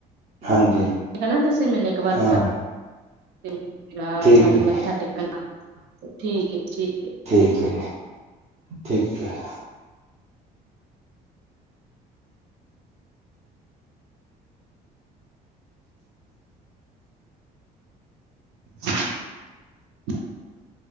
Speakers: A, on the right; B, on the right.
A: ਹਾਂਜੀ।
B: ਕਹਣਾ ਤੁਸੀਂ ਮੈਨੂੰ ਇੱਕ ਵਾਰ,
A: ਹਾਂ
B: ਵਿ ਜਾ
A: ਠੀਕ
B: ਕੇ
A: ਹੈ ਜੀ
B: ਮੱਥਾ ਟੇਕਣ ਨਾਲ। ਠੀਕ ਐ, ਠੀਕ ਐ।
A: ਠੀਕ ਹੈ, ਠੀਕ ਹੈ।
B: <inaudible>